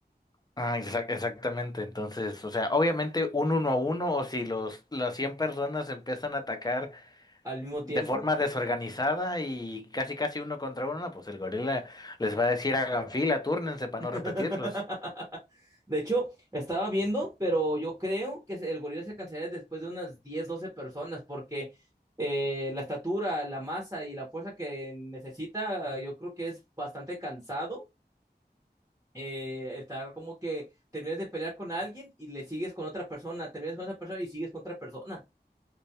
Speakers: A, on the left; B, on the right.
A: Ah, exac- exactamente. Entonces, o sea, obviamente un uno a uno, o si los, las 100 personas empiezan a atacar
B: al
A: de
B: mismo tiempo.
A: forma desorganizada y casi casi uno contra uno, pues el gorila les va a decir hagan fila, túrnense para
B: <laughs>
A: no repetirlos.
B: De hecho, estaba viendo, pero yo creo que se- el gorila se cansaría después de unas 10 12 personas, porque eh, la estatura, la masa y la fuerza que necesita, yo creo que es bastante cansado eh, estar como que terminas de pelear con alguien y le sigues con otra persona, terminas con esa persona y sigues con otra persona.